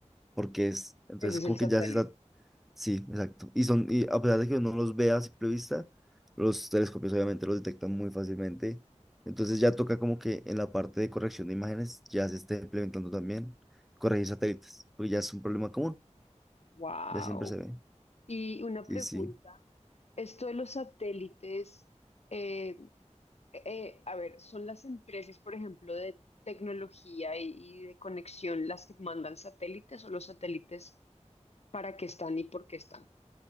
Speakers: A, in the centre; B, on the left.
A: porque es, entonces
B: Ese es
A: como
B: el satélite.
A: que ya se está Sí, exacto. Y son, y a pesar de que uno los vea a simple vista, los telescopios obviamente los detectan muy fácilmente. Entonces ya toca como que en la parte de corrección de imágenes ya se esté implementando también corregir satélites, porque ya es un problema común,
B: Wow.
A: ya siempre se ve.
B: Y una
A: Sí,
B: pregunta,
A: sí.
B: esto de los satélites, eh, eh, a ver, ¿son las empresas, por ejemplo, de tecnología y, y de conexión las que mandan satélites o los satélites para qué están y por qué están.